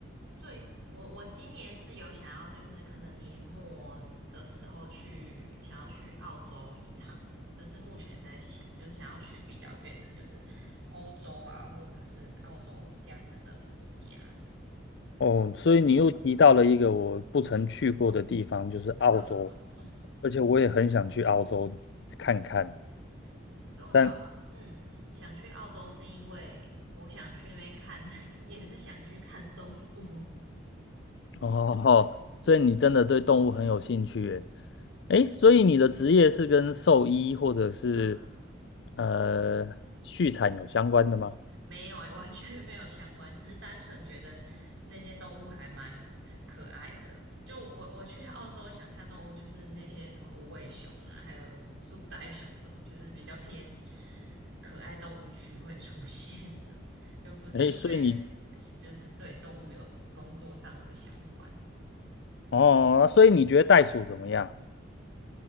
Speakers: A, on the right; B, on the left.
A: 最我我今年是有想要，就是可能年末的时候去想要去澳洲一趟，这是目前在想，就是想要去比较远的，就是欧洲啊，或者是澳洲这样子的国家，
B: 哦，所以你又提到了一个我不曾去过的地方，就是澳洲，
A: 像澳洲。<laughs>
B: 而且我也很想去澳洲看看，
A: 对，所以我主要嗯想去澳洲是因为我想去那边看，
B: 但
A: <laughs> 也是想去看动物
B: 哦，所以你真的对动物很有兴趣耶。诶，所以你的职业是跟兽医或者是
A: <laughs> 啊。
B: 呃畜产有相关的吗？
A: 没有哎、<laughs> 完全没有相关，只是单纯觉得那些动物还蛮可爱的。就我我去澳洲想看动物，就是那些什么无尾熊啊，还有树袋熊什么，就是比较偏可爱动物区会出现的，就不是因为
B: 诶，所以你
A: 就是对动物有什么工作上的相关呢。
B: 哦，所以你觉得袋鼠怎么样？